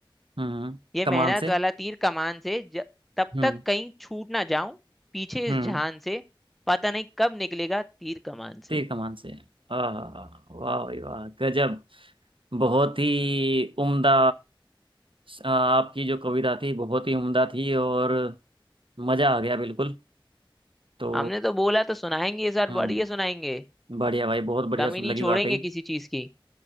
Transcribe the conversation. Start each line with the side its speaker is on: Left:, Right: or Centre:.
Right: हम्म,
Centre: ये
Right: कमान
Centre: मेहनत
Right: से
Centre: वाला तीर कमान से ज, तब
Right: हम्म
Centre: तक कहीं छूट ना जाऊं पीछे
Right: हम्म
Centre: इस जान से पता नहीं कब निकलेगा तीर कमान
Right: तीर
Centre: से
Right: कमान से आहा वाह भाई वाह गजब बहुत ही उम्दा अ, आपकी जो कविता थी बहुत ही उम्दा थी और मज़ा आ गया बिल्कुल तो
Centre: हमने तो बोला तो सुनाएंगे इस बार
Right: हम्म
Centre: बढ़िया सुनाएंगे
Right: बढ़िया भाई बहुत बढ़िया
Centre: कमी
Right: सुन
Centre: नहीं
Right: लगी
Centre: छोड़ेंगे
Right: वाकई
Centre: किसी चीज की